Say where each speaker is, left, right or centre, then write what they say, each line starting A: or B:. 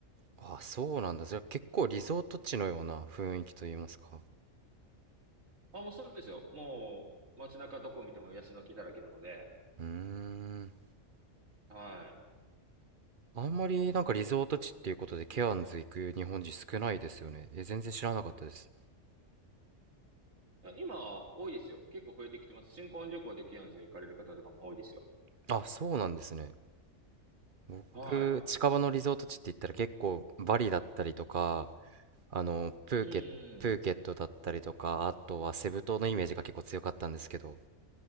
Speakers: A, on the right; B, on the right.
A: あ、そうなんだ。じゃあ結構リゾート地のような雰囲気といいますか。
B: あ、もうそうですよ。もう街中どこ見てもヤシの木だらけなので、
A: うーん。
B: はい。
A: あんまりなんかリゾート地っていうことでケアンズ行く日本人少ないですよね。え、全然知らなかったです。
B: いや今、多いですよ。結構増えてきてます。新婚旅行でケアンズ行かれる方とかも多いですよ。
A: あ、そうなんですね。僕、
B: は
A: 近場のリゾート地って言ったら結構バリだったりとか、あの、プーケ、
B: い。う
A: プーケットだったりとか、
B: ん。
A: あとはセブ島のイメージが結構強かったんですけど。